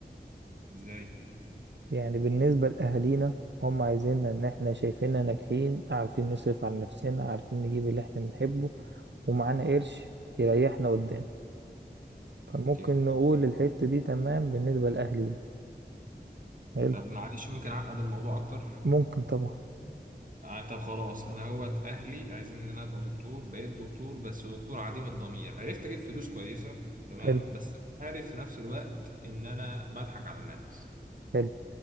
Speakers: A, on the right; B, on the right.
A: ازاي
B: يعني بالنسبة لأهالينا هم عايزيننا إن إحنا شايفيننا ناجحين عارفين نصرف على نفسنا عارفين نجيب اللي إحنا بنحبه ومعانا قرش يريحنا قدام فممكن
A: اوكي
B: نقول الحتة دي تمام بالنسبة لأهالينا حلو
A: طب معلش ممكن اعقد الموضوع اكتر
B: ممكن طبعا
A: آه طب خلاص انا هوت اهلي عايزين ان انا ابقى دكتور بقيت دكتور بس دكتور عديم الضمير عرفت اجيب فلوس كويسه تمام
B: حلو
A: بس عارف في نفس الوقت ان انا بضحك على الناس
B: حلو